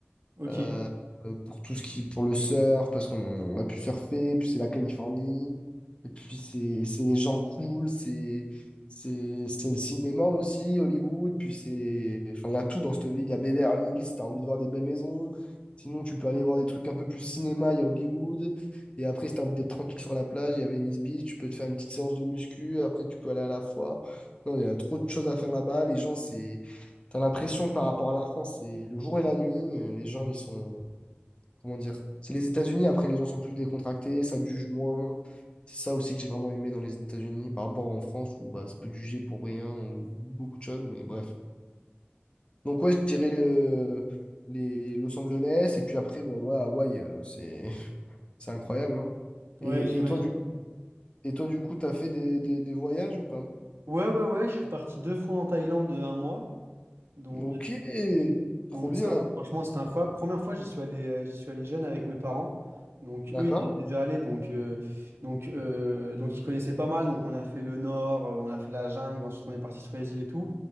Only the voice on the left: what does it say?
Euh, euh, pour tout ce qui pour le surf parce qu'on on a pu surfer puis c'est la Californie et puis c'est c'est les gens cool c'est c'est c'est le cinéma aussi Hollywood puis c'est enfin il y a tout dans cette ville il y a Beverly Hills si t'as envie de voir des belles maisons sinon tu peux aller voir des trucs un peu plus cinéma il y a Hollywood et après si t'as envie d'être tranquille sur la plage il y a Venice Beach tu peux te faire une petite séance de muscu après tu peux aller à la foire non il y a trop de choses à faire là-bas les gens c'est T'as l'impression que par rapport à la France, c'est le jour et la nuit. euh, Les gens, ils sont, comment dire? C'est les États-Unis, après les gens sont plus décontractés, ça te juge moins. C'est ça aussi que j'ai vraiment aimé dans les États-Unis par rapport en France où bah, ça peut te juger pour rien ou beaucoup de choses, mais bref. Donc ouais, je dirais le- les Los Angeles et puis après, bah, ouais, Hawaï, euh, c'est <laughs> c'est incroyable. hein.
Et,
et toi, du, et toi, du coup, t'as fait des, des, des voyages ou pas?
Ok,
trop bien.
D'accord.